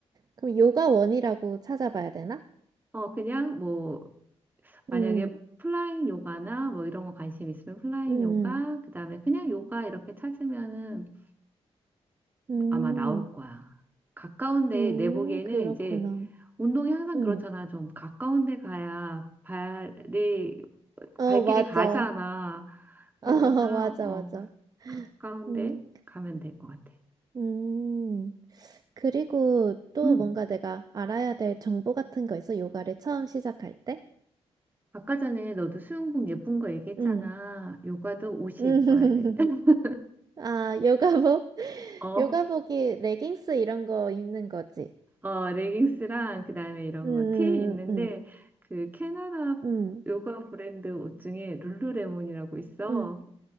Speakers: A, on the right; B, on the right.
A: 그럼 요가원이라고 찾아봐야 되나?
B: 그냥 뭐 만약에
A: 음,
B: 플라잉 요가나 뭐 이런 거 관심 있으면 플라잉
A: 음,
B: 요가 그다음에 그냥 요가 이렇게 찾으면은
A: 음.
B: 아마 나올
A: 음.
B: 거야. 가까운데
A: 음,
B: 내 보기에는
A: 그렇구나.
B: 이제 운동이 항상
A: 음.
B: 그렇잖아. 좀 가까운 데 가야 발이,
A: 어,
B: 발길이
A: 맞아.
B: 가잖아.
A: <laughs> 어
B: 그런 것처럼,
A: 맞아,
B: 어,
A: 맞아.
B: 가까운
A: 음,
B: 데 가면 될 것 같아.
A: 음. 그리고 또
B: 음.
A: 뭔가 내가 알아야 될 정보 같은 거 있어? 요가를 처음 시작할 때?
B: 아까 전에 너도 수영복 예쁜 거 얘기했잖아.
A: 음.
B: 요가도 옷이
A: <laughs> 음.
B: 예뻐야 돼. <laughs>
A: 아, 요가복? <laughs>
B: 어,
A: 요가복이 레깅스 이런 거 입는 거지.
B: 어, 레깅스랑 그다음에 이런
A: 음,
B: 거, 티 있는데
A: 음,
B: 그 캐나다
A: 음,
B: 요가 브랜드 옷 중에 룰루레몬이라고 있어.
A: 음.